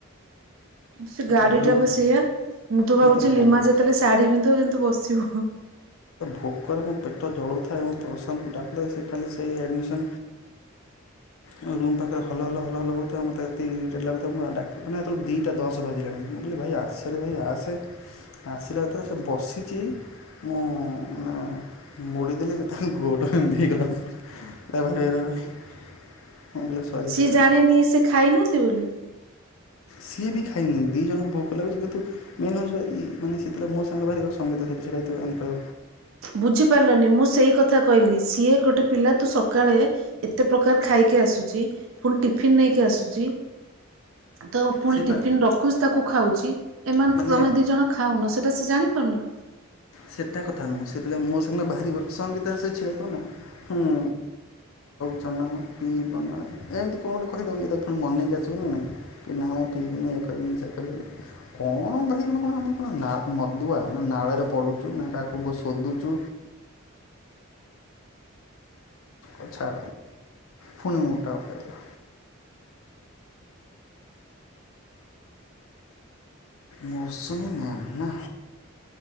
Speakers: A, on the right; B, on the left.
A: ସେ ଗାଡିଟା
B: ଉଁ ଯୋଉ
A: ପା ସେଇଆ ମୁଁ ତ ଭାବୁଚି
B: ମୋତେ ଭୋକ
A: ଲିମା ଯେତେଳେ ଶାଢୀ ପିନ୍ଧୁ ପିନ୍ଧୁ ବସ ଆସିବ।
B: ଭୋକରେ ମୋ ପେଟ ଜଳୁଥାଏ ମୁଁ ପ୍ରଶାନ୍ତକୁ ଡାକୁ ଡାକୁ ସେ ଖାଲି ସେଇ ଆଡମିସନ ଅ ରୁମ ପାଖରେ ହଲହଲ ହଲହଲ ହୋଉଥାଏ ମତେ ଏତେ ଇରିଟେଟ ଲାଗୁଥାଏ ମୁଁ ଆଉ ଡାକି ମାନେ ହେତୋଳୁକୁ ଦିଟା ଦଶ ବାଜିଲାଣି ମୁଁ କହିଲି ଭାଇ ଆସରେ ଭାଇ ଆସେ ଆସିଲା ଯେତେବେଳେ ସେ ବସିଚି ମୁଁ ମାନେ ମୋଡ଼ିଦେଲି ଯେ ତାଙ୍କ ଗୋଡ ଏମତି ହେଇଗଲା ଆ ଭାଇ ଭାଇ ଭାଇ ଭାଇ। କହିଲି ସରି
A: ସିଏ
B: ସରି
A: ଜାଣିନି ସେ ଖାଇନାହାନ୍ତି ବୋଲି?
B: ସିଏ ବି ଖାଇନହିଁ ଦି ଜଣଙ୍କୁ ଭୋକ ଲାଗୁଛି କିନ୍ତୁ ମେନ୍ ହଉଛି ମାନେ ସେତଟଳେ ମୋ ସାଙ୍ଗରେ ବାହାରିବ ସଙ୍ଗୀତ ସେଠି ସେଟାହ
A: ବୁଝିପାରିଲନି ମୁଁ ସେଇ କଥା କହିଲି ସିଏ ଗୋଟେ ପିଲା ତୁ ସକାଳେ ଏତେ ପ୍ରକାର ଖାଇକି ଆସୁଛି ପୁଣି ଟିଫିିନ ନେଇକି ଆସୁଛି। ତ ପୁଣି
B: ସିଏ ପା
A: ଟିଫିିନ ରଖୁଛି ତାକୁ ଖାଉଛି ଏମାନେ
B: ମାନେ
A: ତ ତମେ ଦି ଜଣ ଖାଉନ ସେଇଟା ସେ ଜାଣିପାରୁନ
B: ସେଟା କଥା ନୁହେଁ ମୋ ସାଙ୍ଗ ରେ ବାହାରିବା ସଙ୍ଗୀତା ସେଥି ଛିଡ଼ା ହେଇ ଥିବା ହୁ ଯାଉଚ ନା ପୀବନା ଇଏ ତାକୁ ପୁଣି ମନେଇ କି ଆସିବ ନା ନାହିଁ। କି ମୁଁ ପିବିନି ଏୟା କରିବିନି ସେୟା କରିବିନି। କଣ ଭାଇ ମାନେ କମ ମଦୁଆ ନା ନାଳରେ ପଡ଼ିବୁ କାକୁ ଶୋଧୁଛୁ ଏଇ ଚଡ୍ ମୁଡ ଟା ଆଫ୍ ହେଇଗଲା। ମୌସୁମୀ ମ୍ୟାମ ନା